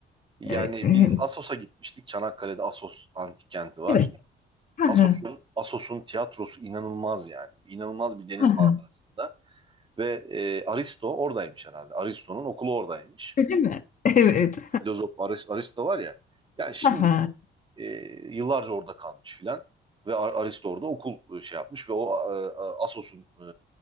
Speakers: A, on the right; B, on the left.
A: Yani
B: eee, eee,
A: biz Assos'a gitmiştik. Çanakkale'de Assos antik kenti var.
B: evet. Ha
A: Assos'un
B: ha.
A: Assos'un tiyatrosu inanılmaz yani. İnanılmaz bir deniz
B: ha
A: manzarasında
B: ha.
A: ve e, Aristo oradaymış herhalde. Aristo'nun okulu oradaymış.
B: Öyle mi? <laughs> Evet.
A: Filozof Aris- Aristo var ya. Yani şimdi
B: Ha ha.
A: e, yıllarca orada kalmış filan ve Ar- Aristo orada okul e, şey yapmış ve o e, e, Assos'un e,